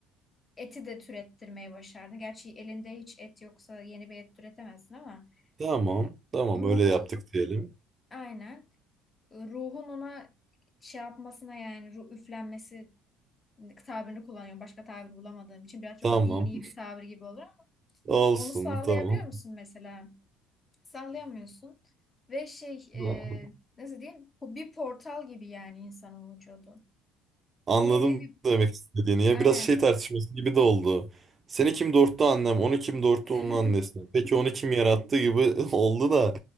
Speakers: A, on the left; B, on the right.
A: eti de türettirmeyi başardın. Gerçi elinde hiç et yoksa yeni bir et türetemezsin ama
B: Tamam
A: e,
B: tamam
A: ruhu
B: öyle yaptık diyelim.
A: aynen ruhun ona şey yapmasına yani ruh üflenmesi tabirini kullanıyorum. Başka tabir bulamadığım için biraz çok
B: Tamam
A: dini bir tabir gibi olur ama
B: <laughs> olsun
A: onu sağlayabiliyor
B: tamam.
A: musun mesela? Sallayamıyorsun. Ve şey
B: <laughs>
A: e, nasıl diyeyim? Bu bir portal gibi yani insanın vücudu.
B: Anladım
A: Bir nevi bir
B: demek istediğini. Ya
A: aynen
B: biraz şey tartışması gibi de oldu. Seni kim doğurttu annem, onu kim doğurttu
A: <laughs>
B: onun annesi. Peki onu kim yarattı gibi <laughs> oldu da.